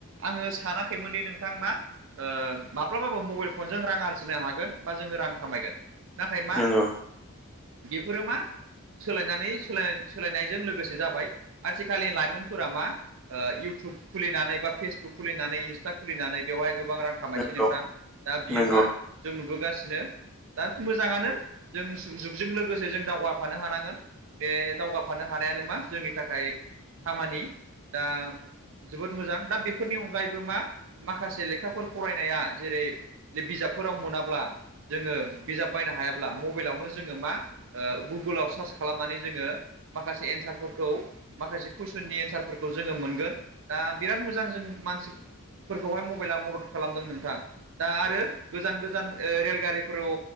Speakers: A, on the right (about 60°); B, in the centre.
A: आङो सानाखैमोनदि नोंथां मा ओ माब्लाबाबो मबाइल फनजों रां आरजिनो हागोन बा जोङो रां खामायगोन। नाथाय मा
B: नंगौ
A: बेफोरो मा सोलायनानै सोलाय सोलायनायजों लोगोसे जाबाय आथिखालनि लाइमोनफोरा मा इउटुब खुलिनानै बा फेसबुक खुलिनानै इन्स्टा खुलिनानै बेवहाय गोबां रां खामायसै
B: नंगौ
A: दा बियो
B: नंगौ
A: मा जों नुबोगासिनो। दा मोजाङानो जों जुगजों लोगोसे जों दावगाफानो हानांगोन बे दावगाफानो हानायानो मा जोंनि थाखाय खामानि दा जोबोद मोजां दा बेफोरनि अनगायैबो मा माखासे लेखाफोर फरायनाया जेरै बिजाबफोराव मोनाब्ला जोङो बिजाब बायनो हायाब्ला मबाइलावनो जोङो मा गुगोलाव सार्च खालामनानै जोङो माखासे एन्सारफोरखौ माखासे कुइसननि एन्सारफोरखौ जोङो मोनगोन‌। दा बिराद मोजां जों मानसिफोरखौहाय मबाइला मदद खालामदों नोंथां। दा आरो गोजान गोजान रेलगारिफोराव